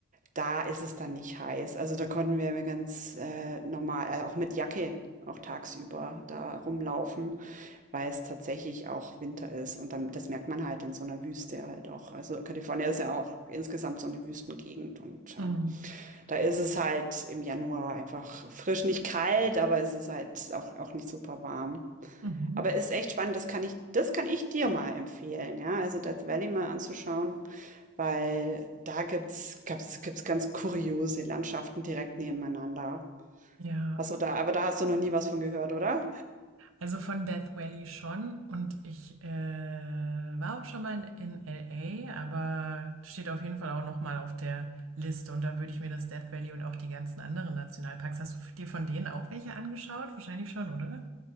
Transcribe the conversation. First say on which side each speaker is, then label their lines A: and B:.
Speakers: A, on the right (about 40°); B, on the right (about 75°).
A: Da ist es dann nicht heiß. Also da konnten wir mir ganz äh, normal, äh, auch mit Jacke, auch tagsüber da rumlaufen, weil es tatsächlich auch Winter ist. Und dann, das merkt man halt in so einer Wüste halt auch. Also Kalifornien ist ja auch insgesamt so eine Wüstengegend. Und ähm,
B: Mhm.
A: da ist es halt im Januar einfach frisch, nicht kalt, aber es ist halt auch, auch nicht super warm.
B: Mhm.
A: Aber ist echt spannend, das kann ich, das kann ich dir mal empfehlen, ja. Also Death Valley mal anzuschauen weil da gibt's gab's gibt's ganz kuriose Landschaften direkt nebeneinander.
B: Ja,
A: Hast du da, aber da hast du noch nie was von gehört, oder?
B: also von Death Valley schon und ich äh, war auch schon mal in LA, aber steht auf jeden Fall auch noch mal auf der Liste und da würde ich mir das Death Valley und auch die ganzen anderen Nationalparks. Hast du dir von denen auch welche angeschaut? Wahrscheinlich schon, oder?